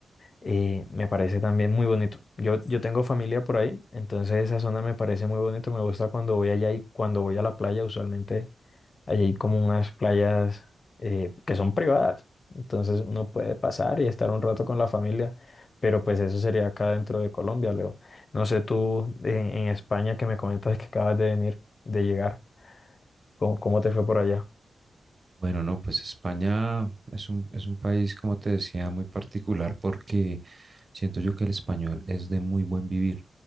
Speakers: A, on the left; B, on the right.
A: eh, me parece también muy bonito. Yo, yo tengo familia por ahí, entonces esa zona me parece muy bonito, me gusta cuando voy allá y cuando voy a la playa usualmente. Allí hay como unas playas eh, que son privadas, entonces uno puede pasar y estar un rato con la familia, pero pues eso sería acá dentro de Colombia, Leo. No sé tú en, en España que me comentas que acabas de venir, de llegar, ¿cómo, cómo te fue por allá?
B: Bueno, no, pues España es un, es un país, como te decía, muy particular porque siento yo que el español es de muy buen vivir.